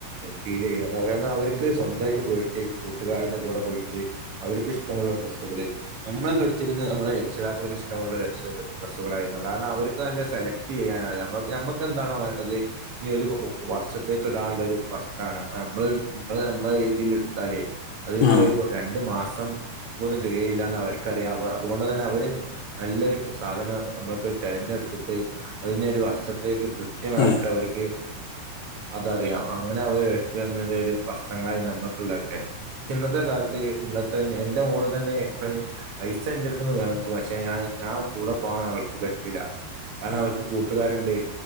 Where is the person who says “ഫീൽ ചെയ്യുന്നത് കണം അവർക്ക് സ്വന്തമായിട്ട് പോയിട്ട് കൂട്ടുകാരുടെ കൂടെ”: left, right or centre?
Right